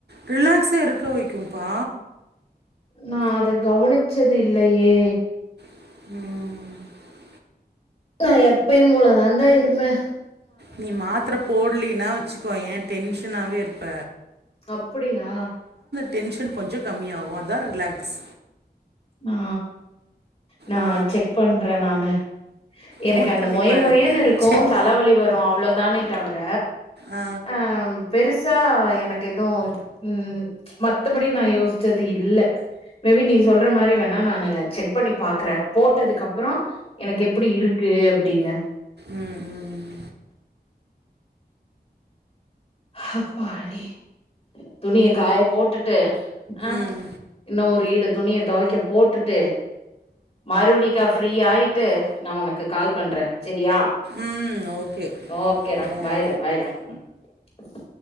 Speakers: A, on the right; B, on the left.
A: ரிலாக்ஸா இருக்க வைக்கும்ப்பா
B: நா அத கவனிச்சது இல்லயே
A: ம்
B: நா எப்பயு போல தான்டா இருப்ப
A: நீ மாத்ர போல்லினா வச்சுக்கோயே டென்ஷனாவேருப்ப
B: அப்டியா
A: டென்ஷன் கொஞ்சோ கம்மியாவு அதா ரிலாக்ஸ்
B: ஆ நா
A: ஆ
B: செக் பண்றே நானு எனக்கு
A: நோட்
B: அந்த
A: பண்ணி
B: மொய
A: பாரு.
B: மொயன்னுருக்கு
A: செக்
B: தலவலி வரு அவ்ளோதானே தவர
A: ஆ.
B: அ ம் பெருஸ் சா எனக்கு எதுவு ம் மத்தபடி நா யோஸ்ச்சது இல்ல மே பி நீ சொல் ற மாரி வேணா நானு செக் பண்ணி பாக்ற போட்டதுக்கு அப்றம் எனக்கு எப்டி இருக்கு அப்டின்னு
A: ம், ம்.
B: ஹ ப்பாடி துணிய காய போட்டுட்டு ஆ
A: ம்.
B: இன்ன ஒரு ஈடு துணிய தொவைக்க போட்டுட்டு மறுவடி கஃப் ஃப்ரீ ஆயிட்டு நா உனக்கு கால் பண்ணுறே சரியா
A: ம் ஓகே
B: ஓகேடா
A: பாய்
B: பாய்டா பாய்டா ம்